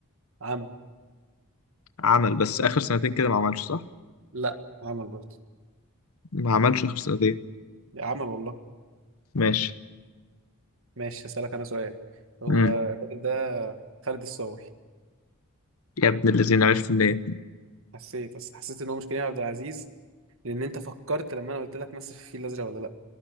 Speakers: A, on the right; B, on the left.
A: عمل
B: عمل بس اخر سنتين كده ما عملش صح
A: لا عمل برضه
B: ما عملش اخر سنتين
A: عمل والله
B: ماشي
A: ماشي هسألك أنا سؤال هو
B: مم.
A: الراجل ده خالد الصاوي
B: يا ابن الذين عرفت منين
A: حسيت بس حسيت إن هو مش كريم عبد العزيز لأن أنت فكرت لما أنا قلت لك مثل في الفيل الأزرق ولا لأ